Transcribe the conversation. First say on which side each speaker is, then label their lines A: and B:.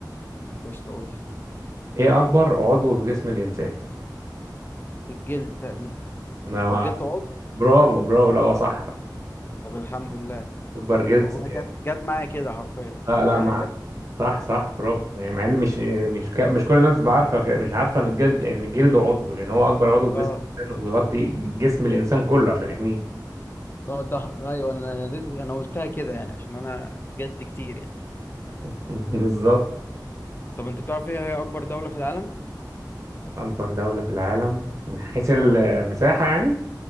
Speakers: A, on the left (about 30°); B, on the right (about 45°).
A: ايش تقول
B: إيه أكبر عضو في جسم الإنسان؟
A: الجلد تقريبا
B: أنا
A: هو الجلد عضو
B: برافو برافو لا هو صح
A: طب الحمد لله
B: أكبر جزء
A: والله جت جت معايا كده حرفيا
B: لا
A: آه،
B: لا مع
A: جت
B: صح صح برافو يعني مع إن مش مش ك... مش كل الناس بعارفة ك- مش عارفة إن الجلد إن الجلد عضو لأن هو أكبر عضو في
A: اه
B: جسم الإنسان وبيغطي جسم الإنسان كله عشان يحميه
A: ده ده ايوه انا لازم- انا قلتها كده يعني عشان انا جد كتير يعني
B: <laughs> بالظبط
A: طب انت تعرف ايه هي اكبر دولة في العالم
B: أكبر دولة في العالم من حيث المساحة
A: اه
B: يعني